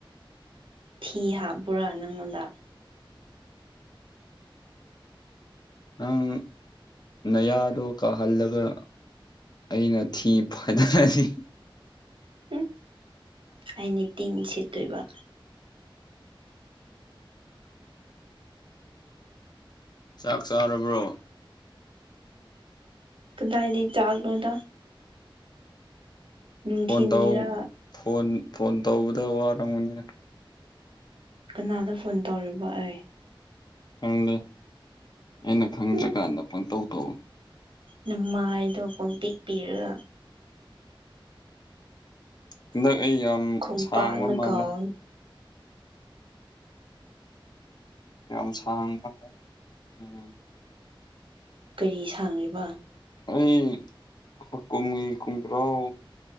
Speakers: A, on the right; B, on the left.
A: ꯊꯤ ꯍꯥꯞꯄꯨꯔꯥ ꯅꯪꯉꯣꯟꯗ
B: ꯅꯪ ꯅꯌꯥꯗꯣ ꯀꯥꯍꯜꯂꯒ ꯑꯩꯅ ꯊꯤ ꯐꯥꯏꯗꯔꯗꯤ
A: ꯎꯝ ꯑꯩꯅ ꯇꯤꯟ ꯁꯤꯠꯇꯣꯏꯕ
B: ꯆꯥꯛ ꯆꯥꯔꯕ꯭ꯔꯣ
A: ꯀꯗꯥꯏꯗꯩꯩ ꯆꯥꯛꯅꯣꯗ ꯅꯨꯡꯊꯤꯟꯒꯤꯔ
B: ꯐꯣꯟ ꯇꯧ ꯐꯣꯟ ꯐꯣꯟ ꯇꯧꯕꯗ ꯋꯥꯔꯝꯕꯅꯤꯅ
A: ꯀꯅꯥꯗ ꯐꯣꯟ ꯇꯧꯔꯤꯕ ꯑꯩ
B: ꯈꯪꯗꯦ ꯑꯩꯅ ꯈꯪꯗ꯭ꯔꯤꯀꯥꯟꯗ
A: ꯎꯝ
B: ꯄꯪꯇꯧ ꯇꯧꯋꯦ
A: ꯅꯃꯥꯏꯗꯣ ꯄꯨꯡꯇꯤꯛꯄꯤꯔꯒ
B: ꯍꯟꯗꯛ ꯑꯩ ꯌꯥꯝ
A: ꯈꯣꯡꯄꯥꯛꯅ
B: ꯁꯥꯡꯕ ꯃꯥꯜꯂꯦ
A: ꯀꯥꯎꯅꯤ
B: ꯌꯥꯝ ꯁꯥꯡꯕ ꯎꯝ
A: ꯀꯔꯤ ꯁꯥꯡꯂꯤꯕ
B: ꯑꯩ ꯀꯨꯝꯒꯤ ꯀꯨꯝꯄ꯭ꯔꯥꯎ